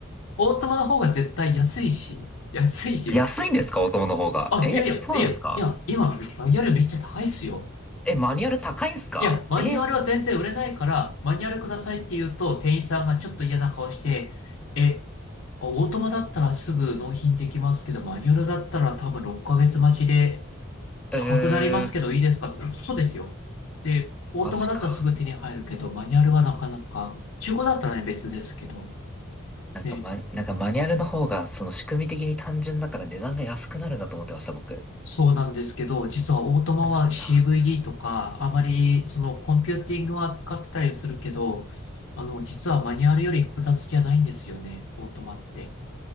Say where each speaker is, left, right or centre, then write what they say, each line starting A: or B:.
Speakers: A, on the left (about 75°); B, in the centre.
A: オートマの方が絶対安いし、安いし、
B: 安いんですかオートマの方が。
A: あ、
B: え、
A: いやいや、
B: そうなんですか
A: いや、いや、今、マニュアルめっちゃ高いっすよ。
B: え、マニュアル高いんですかえ、
A: いや、マニュアルは全然売れないから、マニュアルくださいって言うと、店員さんがちょっと嫌な顔して、え、オートマだったらすぐ納品できますけど、マニュアルだったら多分6ヶ月待ちで
B: え
A: 高くなりますけどいいですかって、
B: ー、
A: そうですよ。で、オートマだったらすぐ手に入るけど、
B: マジか。
A: マニュアルはなかなか、中古だったらね、別ですけど、
B: なんかマ、
A: ね、
B: なんかマニュアルの方が、その仕組み的に単純だから値段が安くなるんだと思ってました、僕。<laughs>
A: そうなんですけど、実はオートマは
B: なるんだ。
A: CVD とか、あまりそのコンピューティングは使ってたりするけど、あの、実はマニュアルより複雑じゃないんですよね、オートマって。